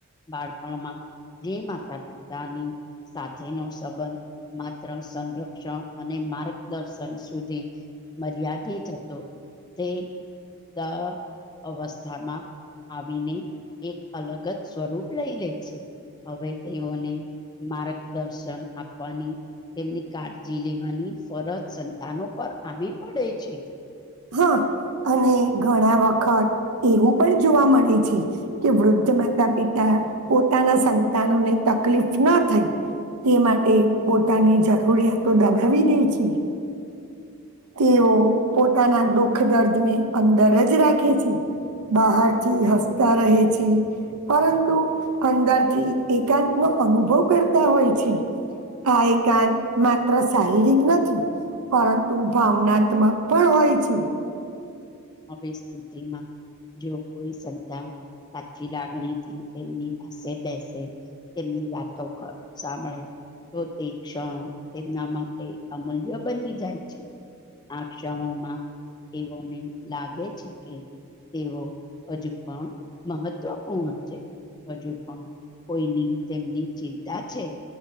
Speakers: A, on the left; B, on the right.
A: બાળપણમાં જે માતા પિતાની સાથેનોો સંબંધ માત્ર સંરક્ષણ અને માર્ગદર્શન સુધી મર્યાદિત હતો તે દ અવસ્થામાં આવીને એક અલગ જ સ્વરૂપ લઈ લે છે હવે તેઓને માર્ગદર્શન આપ વાની તેમની કાળજી લેવાની ફરજ સંતાનો પર આવી પડે છે
B: હા અને ઘણા વખત એવું પણ જોવા મળે છે કે વૃદ્ધ માતા પિતા પોતાના સંતાનોને તકલીફ ના થઈ તે માટે પોતાની જરૂરિયાતો દબાવી દે છે તેઓ પોતાના દુઃખ દર્દ ને અંદર જ રાખે છે બહાર થી હસતા રહે છે પરંતુ અંદરથી એકાંત નો અનુભવ કરતા હોય છે આ એક કાન માત્ર શારીરિક નથી પરંતુ ભાવનાત્માં પણ હોય છે
A: આવી સ્થિતિમાં જો કોઈ સંતાન સાચી લાગણી થી તેમની પાસે બેસે તેમની વાતો સાંભળે તો તે ક્ષણો તેમના માટે અમૂલ્ય બની જાય છે આ ક્ષણોમાં એવો ને લાગે છે કે તેવો હજુ પણ મહત્વપૂર્ણ છે હજુ પણ કોઈની તેમની ચિંતા છે